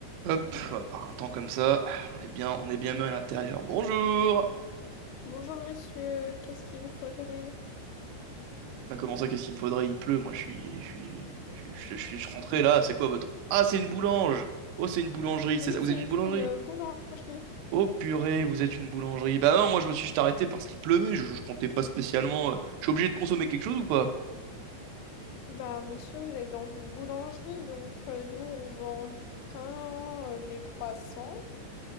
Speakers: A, on the right; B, on the left.
A: Hop, euh, par un temps comme ça, ah, on est bien, on est bien mieux à l'intérieur. Bonjour!
B: Bonjour monsieur, qu'est-ce qu'il vous faudrait?
A: Bah comment ça, qu'est-ce qu'il me faudrait? Il pleut, moi je suis. Je suis. Je, je- je suis je suis rentré là, c'est quoi votre. Ah c'est une boulange! Oh c'est une boulangerie, c'est
B: Oui,
A: ça. Vous
B: c'est
A: êtes une
B: une,
A: boulangerie?
B: une, euh, boulangerie.
A: Oh purée, vous êtes une boulangerie. Bah non, moi je me suis juste arrêté parce qu'il pleuvait, je, je comptais pas spécialement. euh, Je suis obligé de consommer quelque chose ou pas?
B: Bah monsieur, vous êtes dans une boulangerie, donc euh, nous on vend du pain, euh, des croissants,